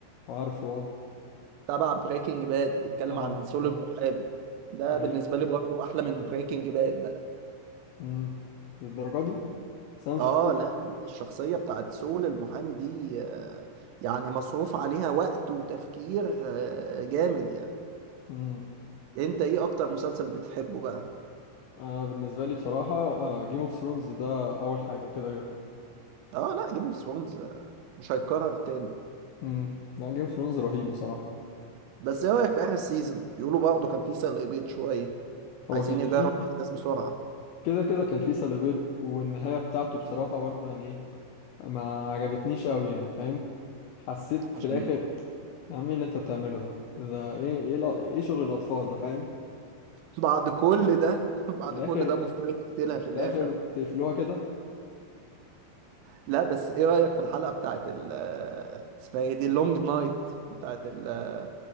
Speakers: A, on the left (about 80°); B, on the right (about 85°).
A: عارفه اه
B: تبع بريكنج باد بيتكلم
A: آه،
B: عن
A: عارفه
B: سول المحامي
A: عارفه
B: ده
A: ايوه
B: بالنسبة لي برضو احلى من بريكنج باد
A: امم للدرجة دي بس انا ما
B: اه
A: شفتوش
B: لا لا الشخصية بتاعت سول المحامي دي آه، يعني مصروف عليها وقت وتفكير آه، جامد يعني
A: امم
B: انت ايه اكتر مسلسل بتحبه بقى
A: انا بالنسبة لي بصراحة جيم اوف ثرونز ده اول حاجة كده كده
B: اه لا جيم اوف ثرونز مش هيتكرر تاني
A: امم لا جيم اوف ثرونز رهيب بصراحة
B: بس ايه رأيك في اخر سيزون بيقولوا برضه كان في سلق بيض شوية
A: هو
B: عايزين
A: كان
B: يجربوا
A: فيه
B: الاحداث بسرعة
A: كده كده كان فيه سلبيات والنهاية بتاعته بصراحة برضو يعني ايه ما عجبتنيش قوي يعني فاهم حسيت
B: عشان
A: في الاخر يا عم ايه اللي انت بتعمله ده ده ايه ايه الأ- ايه شغل الاطفال ده فاهم
B: بعد كل ده <laughs> بعد
A: في الاخر
B: كل ده مفترض يقتلها في
A: في
B: الاخر
A: الاخر تقفلوها كده
B: لا بس ايه رأيك في الحلقة بتاعت ال آه، اسمها ايه دي اللونج نايت بتاعت ال-